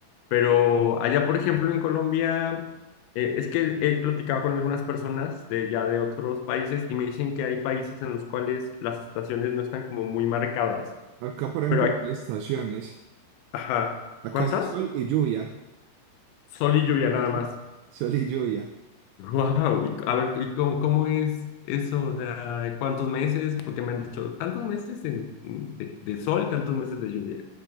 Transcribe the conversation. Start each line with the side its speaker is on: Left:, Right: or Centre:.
Left: Pero allá, por ejemplo, en Colombia, eh, es que he platicado con algunas personas de ya de otros países y me dicen que hay países en los cuales las estaciones no están como muy marcadas.
Right: Acá, por ejemplo,
Left: Pero, ac-
Right: hay estaciones,
Left: ajá,
Right: acá
Left: ¿cuántas?
Right: es sol y lluvia,
Left: Sol y lluvia nada más.
Right: Sí. sol y lluvia.
Left: Wow, y, a ver, ¿y cómo, cómo es eso? O sea, ¿cuántos meses? Porque me han dicho, tantos meses en- mm, de, de sol y tantos meses de lluvia.